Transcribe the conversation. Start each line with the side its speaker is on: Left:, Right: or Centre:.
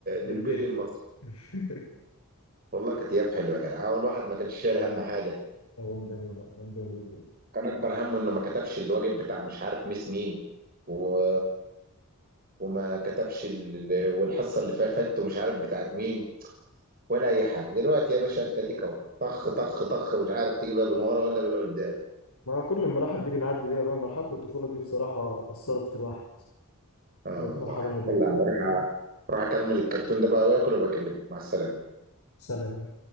Right: للبلي
Left: البلي
Right: المصري
Left: <laughs>
Right: والله كانت ايام حلوه يا جدع هو الواحد ما كانش شايل هم حاجه
Left: أيام جميلة أيام جميلة جدا
Right: كان اكبر همه انه ما كتبش الواجب بتاع مش عارف ميس مين و... وما كتبش ال... والحصه اللي فاتته مش عارف بتاعت مين ولا اي حاجه دلوقتي يا باشا انت اديك اهو طخ طخ طخ مش عارف تجيبها من ورا ولا من قدام
Left: ما كل المراحل دي بنعدي بيها بقى مرحلة الطفولة دي بصراحة أثرت في الواحد
Right: اه
Left: كانت
Right: والله
Left: مرحلة هادية
Right: يلا يا عم اروح أ- اروح اكمل الكرتون ده بقى واكل وبكلمك مع السلامه
Left: سلام